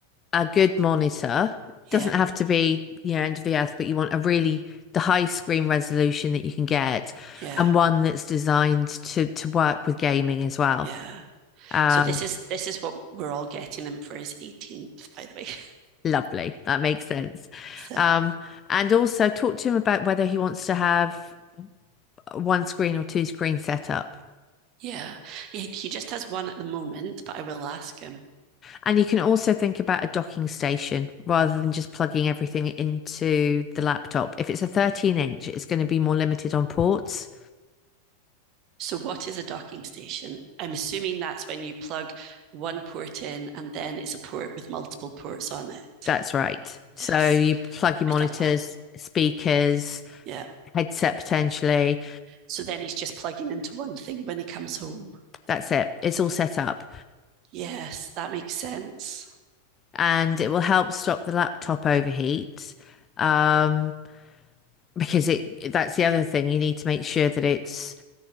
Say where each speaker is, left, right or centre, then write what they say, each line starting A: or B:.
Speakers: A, on the left (about 25°); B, on the right (about 40°).
A: a good monitor, It
B: Yeah,
A: doesn't have to be, you know, end of the earth, but you want a really the high screen resolution that you can get
B: yeah,
A: and one that's designed to to work with gaming as well.
B: yeah.
A: Um,
B: So this is this is what we're all getting him for his 18th, by the way. <laughs>
A: Lovely. That makes sense.
B: So
A: Um, and also talk to him about whether he wants to have one screen or two screen setup.
B: yeah, he, he just has one at the moment, but I will ask him.
A: And you can also think about a docking station rather than just plugging everything into the laptop. If it's a 13 inch, it's going to be more limited on ports.
B: So, what is a docking station? I'm assuming that's when you plug one port in and then it's a port with multiple ports on it.
A: That's right. So
B: Yes,
A: you plug your
B: I
A: monitors,
B: thought that.
A: speakers,
B: Yeah.
A: headset potentially.
B: So then he's just plugging into one thing when he comes home.
A: That's it. It's all set up.
B: Yes, that makes sense.
A: And it will help stop the laptop overheat. Um, because it that's the other thing. You need to make sure that it's